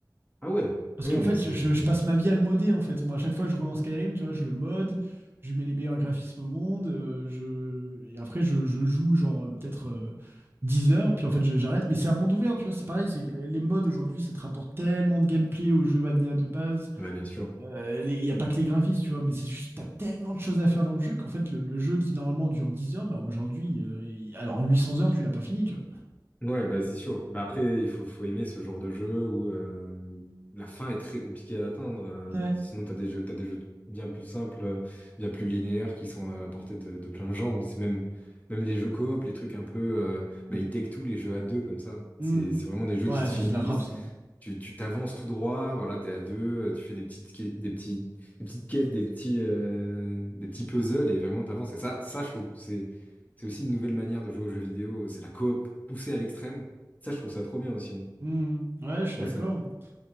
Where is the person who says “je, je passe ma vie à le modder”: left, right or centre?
Right